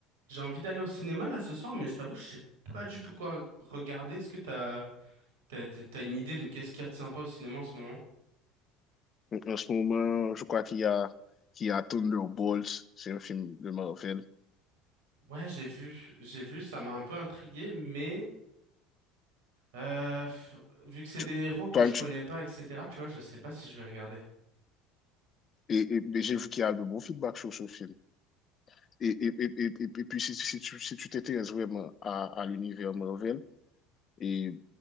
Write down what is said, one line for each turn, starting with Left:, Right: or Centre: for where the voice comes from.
Right: J'ai envie d'aller au cinéma là ce soir, mais je t'avoue, je sais pas du tout quoi regarder. Est-ce que t'as, t'as, t'as t'as une idée de qu'est-ce qu'il y a de sympa au cinéma en ce moment?
Left: En ce moment, je crois qu'il y a, qu'il y a Thunderbolts, c'est un film de Marvel.
Right: Ouais, j'ai vu, j'ai vu, ça m'a un peu intrigué, mais euh, pff, vu que c'est
Left: Tu-
Right: des héros que
Left: toi,
Right: je connais
Left: tu-
Right: pas, etc., tu vois, je sais pas si je vais regarder.
Left: et, et- mais j'ai vu qu'il y a de bons feedbacks sur ce film. Et, et, et, et, et- et puis, si, si si tu si tu t'intéresses vraiment à, à l'univers Marvel, et